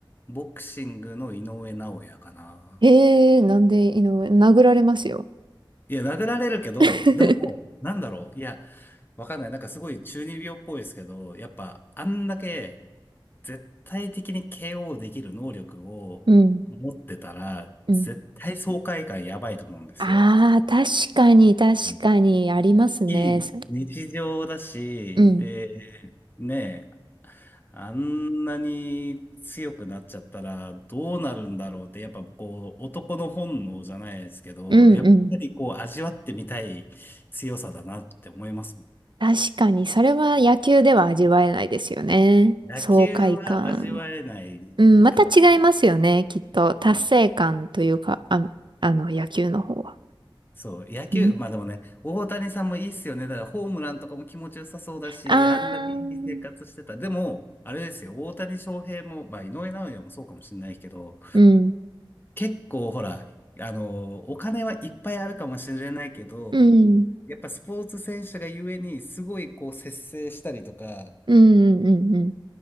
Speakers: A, on the left; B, on the right.
A: ボクシングの井上尚弥かな。
B: ええーなんで井上、殴られますよ。
A: いや、殴られるけど、
B: <laughs>
A: でも、なんだろう。いや、わかんない。なんかすごい中二病っぽいですけど、やっぱあんだけ絶対的に KO できる能力を持ってたら、
B: うん、うん。
A: 絶対爽快感やばいと思うんですよ。
B: ああ、確かに、確かに、
A: うん
B: ありますね。
A: いい日常だし、
B: そうん、
A: で、ねえあんなに強くなっちゃったらどうなるんだろうって、やっぱこう、男の本能じゃないですけど、
B: うん、
A: やっぱりこう、
B: うん。
A: 味わってみたい強さだなって思いますもん。
B: 確かに、それは野球では味わえないですよね。
A: 野球は味わえないからさ。
B: 爽快感。うん、また違いますよね、きっと。達成感というか、
A: うん。
B: あ、あの、野球の方は。
A: そう、野球、
B: うん。
A: まあでもね、大谷さんもいいっすよね。だからホームランとかも気持ちよさそうだし、
B: ああ、
A: あんだけいい生活してた。
B: うん、
A: でも、あれですよ、大谷翔平も、まあ井上尚弥もそうかもしれないけど、
B: うん、
A: 結構ほら、あの、お金はいっぱいあるかもしれないけど、
B: うん、
A: やっぱスポーツ選手がゆえに、すごいこう節制したりとか、
B: うん、うん、うん。